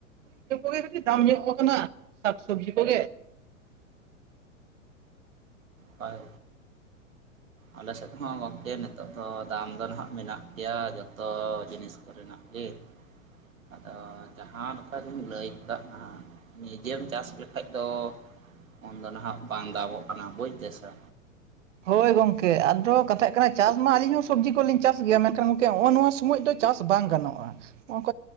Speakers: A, on the right (about 65°); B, on the right (about 80°).
A: ᱩᱛᱩ ᱠᱚᱜᱮ ᱠᱟᱹᱴᱤᱡ ᱫᱟᱢ ᱧᱚᱜ ᱟᱠᱟᱱᱟ ᱥᱟᱠ ᱥᱚᱵᱽᱡᱤ ᱠᱚᱜᱮ᱾
B: ᱦᱚᱭ ᱟᱞᱮ ᱥᱮᱫ ᱦᱚᱸ ᱜᱚᱝᱠᱮ ᱱᱤᱛᱚᱜ ᱫᱚ ᱫᱟᱢ ᱫᱚ ᱱᱟᱦᱟᱜ ᱢᱮᱱᱟᱜ ᱜᱮᱭᱟ ᱡᱚᱛᱚ ᱡᱚᱛᱚ ᱡᱤᱱᱤᱥ ᱠᱚᱨᱮᱱᱟᱜ ᱜᱮ᱾ ᱟᱫᱚ ᱡᱟᱦᱟᱸ ᱞᱮᱠᱟᱜᱤᱢ ᱞᱟᱹᱭ ᱠᱟᱜ᱾ ᱱᱤᱡᱮᱢ ᱪᱟᱥ ᱞᱮᱠᱷᱟᱡ ᱫᱚ ᱩᱱᱫᱚ ᱱᱟᱦᱟᱜ ᱵᱟᱝ ᱫᱟᱢᱚᱜ ᱠᱟᱱᱟ ᱵᱩᱡᱽᱫᱟᱥᱮ᱾
A: ᱦᱳᱭ ᱜᱚᱝᱠᱮ ᱟᱫᱚ ᱠᱟᱛᱷᱟᱜ ᱠᱟᱱᱟ ᱪᱟᱥ ᱢᱟ ᱟᱹᱞᱤᱧ ᱦᱚᱸ ᱥᱚᱵᱽᱡᱤ ᱠᱚᱞᱤᱧ ᱪᱟᱥ ᱜᱮᱭᱟ ᱢᱮᱱᱠᱷᱟᱱ ᱜᱚᱝᱠᱮ ᱱᱚᱜ-ᱚ ᱱᱚᱣᱟ ᱥᱚᱢᱚᱭ ᱫᱚ ᱪᱟᱥ ᱵᱟᱝ ᱜᱟᱱᱚᱜᱼᱟ ᱱᱚᱜ